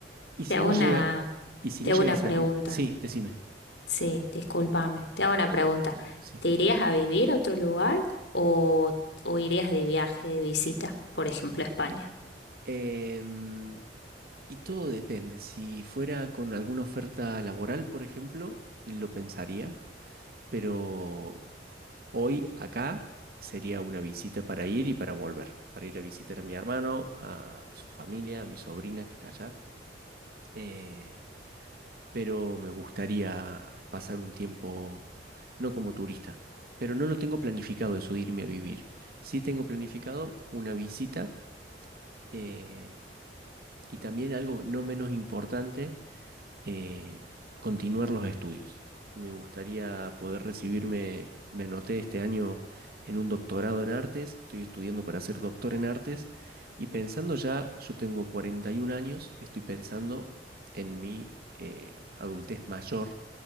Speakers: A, on the right; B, on the left.
A: Y si
B: Te hago
A: no
B: una,
A: llega, y si
B: te
A: no llega
B: hago una
A: a salir,
B: pregunta.
A: sí, decime.
B: Sí, discúlpame. Te hago una pregunta.
A: sí.
B: ¿Te irías a vivir a otro lugar o, o irías de viaje, de visita, por ejemplo, a España?
A: Em, y todo depende. Si fuera con alguna oferta laboral, por ejemplo, lo pensaría, pero hoy acá sería una visita para ir y para volver, para ir a visitar a mi hermano, a su familia, a mi sobrina que está allá. Eh, pero me gustaría pasar un tiempo no como turista, pero no lo tengo planificado eso de irme a vivir. Sí tengo planificado una visita. eh, Y también algo no menos importante, eh, continuar los estudios. Me gustaría poder recibirme, me anoté este año en un doctorado en artes, estoy estudiando para ser doctor en artes y pensando ya, yo tengo 41 años, estoy pensando en mi eh, adultez mayor